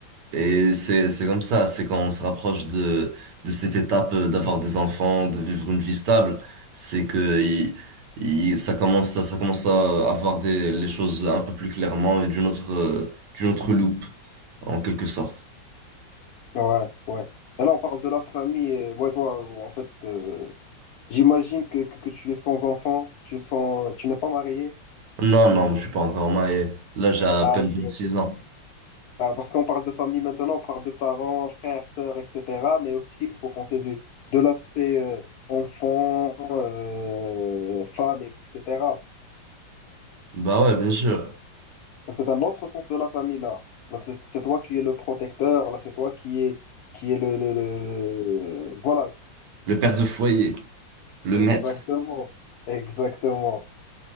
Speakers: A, on the right; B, on the left.
A: Et c'est, c'est comme ça, c'est quand on se rapproche de, de cette étape euh, d'avoir des enfants, de vivre une vie stable, c'est que il- il- ça commence, à- ça commence à avoir des, les choses un peu plus clairement et d'une autre, euh, d'une autre loupe, en quelque sorte.
B: ouais, ouais. Et là, on parle de la famille. et Moi, toi, en fait, euh, J'imagine que, que, que tu es sans enfant, tu sens, tu n'es pas marié.
A: Non, non, je suis pas encore marié. Là, j'ai à
B: Ah,
A: peine
B: ok,
A: 26
B: ok.
A: ans.
B: Ah, parce qu'on parle de famille maintenant, on parle de parents, frères, sœurs, etc. Mais aussi, il faut penser du, de l'aspect euh, enfant, euh, femme, etc.
A: Bah ouais, bien sûr.
B: C'est un autre sens de la famille, là. Là, c'est c'est toi qui es le protecteur, là, c'est toi qui es, qui est le, le, le- le- Voilà,
A: Le père de foyer, le
B: exactement.
A: maître.
B: Exactement.